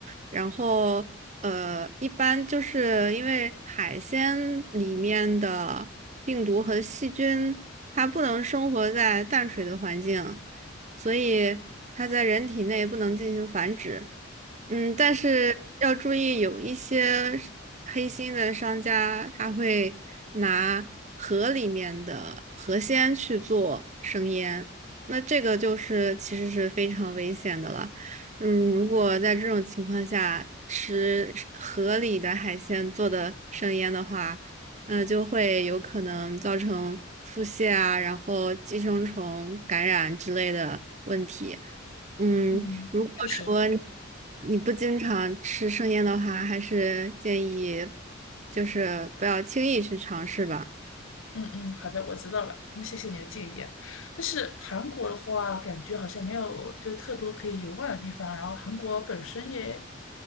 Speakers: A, on the right; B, on the left.
A: 然后，呃，一般就是因为海鲜里面的病毒和细菌，它不能生活在淡水的环境，所以它在人体内不能进行繁殖。嗯，但是要注意，有一些是黑心的商家，他会拿河里面的河鲜去做生腌，那这个就是其实是非常危险的了。嗯，如果在这种情况下吃河里的海鲜做的生腌的话，嗯，就会有可能造成腹泻啊，然后寄生虫感染之类的问题。嗯，
B: 嗯，
A: 如果说你
B: 确实。
A: 你不经常吃生腌的话，还是建议就是不要轻易去尝试吧。
B: 嗯嗯，好的，我知道了。那谢谢你的建议啊。但是韩国的话，感觉好像没有就是特多可以游玩的地方。然后韩国本身也